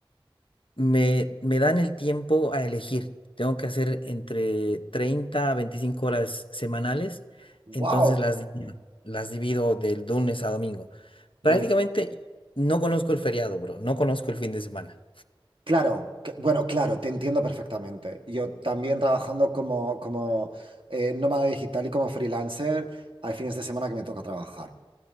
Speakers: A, on the left (about 65°); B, on the right (about 65°).
A: Me, me dan el tiempo a elegir. Tengo que hacer entre 30 a 25 horas semanales,
B: Wow.
A: entonces las divido, las divido del lunes a domingo. Prácticamente
B: Muy.
A: no conozco el feriado, bro, no conozco el fin de semana.
B: Claro, que- bueno, claro, te entiendo perfectamente. Yo también trabajando como, como eh, nómada digital y como freelancer, hay fines de semana que me toca trabajar,